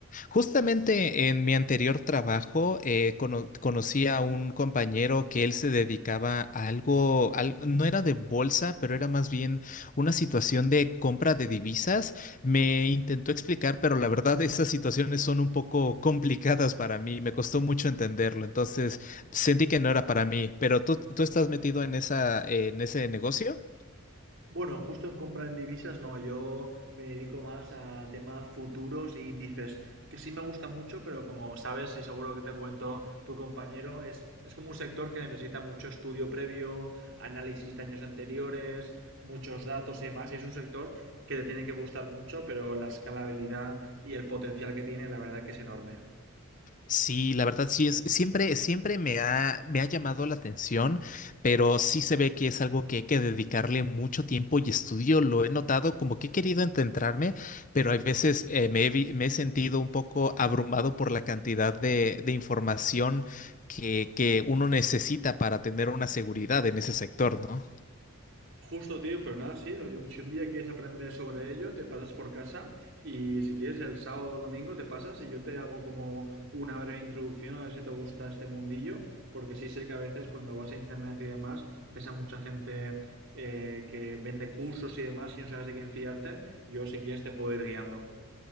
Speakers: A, on the left; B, on the right.
A: Justamente en mi anterior trabajo eh, cono- conocí a un compañero que él se dedicaba a algo, al- no era de bolsa, pero era más bien una situación de compra de divisas. Me intentó explicar, pero la verdad esas situaciones son un poco complicadas para mí, me costó mucho entenderlo, entonces sentí que no era para mí. Pero tú, tú estás metido en esa, en ese negocio?
B: Bueno, justo en compra en divisas no, yo me dedico más a temas futuros e índices, que sí me gusta mucho, pero como sabes y seguro que te comentó tu compañero, es, es como un sector que necesita mucho estudio previo, análisis de años anteriores, muchos datos y demás, y es un sector que te tiene que gustar mucho, pero la escalabilidad y el potencial que tiene, la verdad que es enorme.
A: Sí, la verdad sí es, siempre, siempre me ha, me ha llamado la atención, pero sí se ve que es algo que hay que dedicarle mucho tiempo y estudio. Lo he notado como que he querido ententrarme, pero hay veces eh, me he, vi- me he sentido un poco abrumado por la cantidad de, de información que, que uno necesita para tener una seguridad en ese sector, ¿no?
B: Justo, tío, pero nada, sí. oye, Si un día quieres aprender sobre ello, te pasas por casa y si quieres el sábado o el domingo te pasas y yo te hago como una breve introducción a ver si te gusta este mundillo, porque sí sé que a veces cuando vas a internet y demás ves a mucha gente eh, que vende cursos y demás y no sabes de quién fiarte. Yo si quieres te puedo ir guiando.